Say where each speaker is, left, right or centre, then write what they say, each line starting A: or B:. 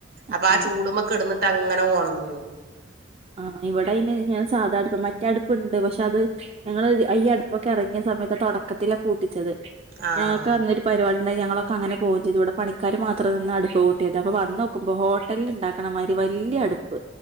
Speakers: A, on the right (about 30°); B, on the right (about 55°).
A: ആഹ്
B: അപ്പൊ ആ ചൂടുമ്മേ കിടന്നിട്ട് അങ്ങനെ ഒണങ്ങും
A: ആഹ് ഇവിടെ അയ്ന് ഞാൻ സാധാ അടുപ്പാ മറ്റേ ഒറ്റടുപ്പുണ്ട് പക്ഷെ അത് ഞങ്ങള് അയ്യ് അടുപ്പൊക്കെ ഇറങ്ങിയ സമയത്ത് തൊടക്കത്തിലാ കൂട്ടിച്ചത്
B: ആഹ്
A: ഞങ്ങക്ക് അന്നൊരു പരിപാടി ഇ <unintelligible> ഞങ്ങളൊക്കെ അങ്ങനെ പോകുവേം ചെയ്തു ഇവിടെ പണിക്കാര് മാത്രം നിന്ന് അടുപ്പ് കൂട്ടിയത് അപ്പ വന്ന് നോക്കുമ്പോ ഹോട്ടലിൽ ഇണ്ടാക്കണ മാതിരി വ വല്യ അടുപ്പ്